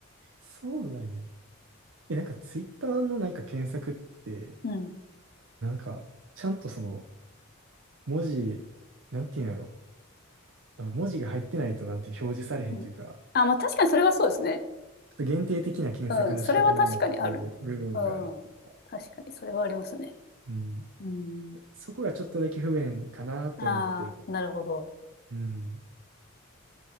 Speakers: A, on the right; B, on the left.
A: そうなんや。え、なんかツイッターのなんか検索って、
B: うん。
A: なんか、ちゃんとその、文字、なんていうんやろ。あの文字が入ってないとなんて表示されへんっていうか、
B: うん。あ、まあ確かにそれはそうですね。
A: ちょっと限定的な検索の仕方になっちゃう部分があるっていうか。
B: うん。それは確かにある。うん。確かにそれはありますね。
A: うん。
B: うん。
A: そこがちょっとだけ不便かなって思ってる。
B: ああ、なるほど。
A: うん。